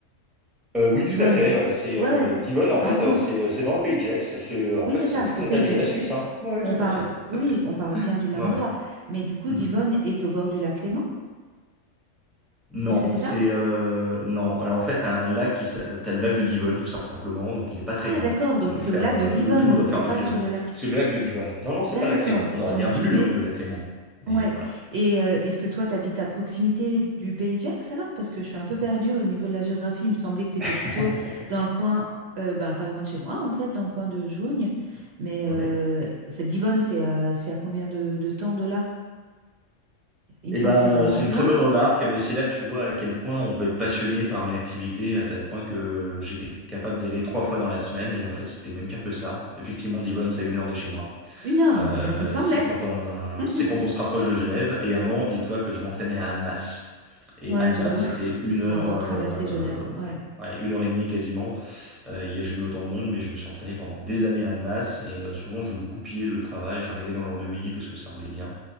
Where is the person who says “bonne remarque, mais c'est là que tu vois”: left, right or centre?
Centre